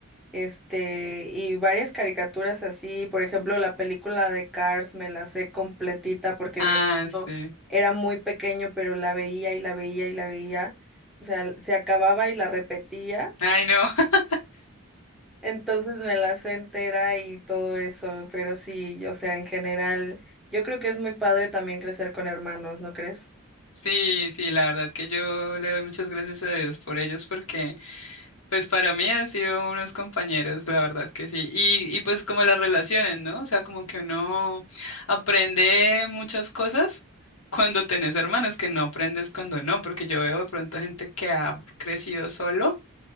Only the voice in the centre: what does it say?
este, y varias caricaturas así, por ejemplo, la película de Cars me la sé completita porque
mi hermano
era muy pequeño, pero la veía y la veía y la veía, o sea, se acababa y la repetía.
Entonces me la sé entera y todo eso, pero sí, o sea, en general, yo creo que es muy padre también crecer con hermanos, ¿no crees?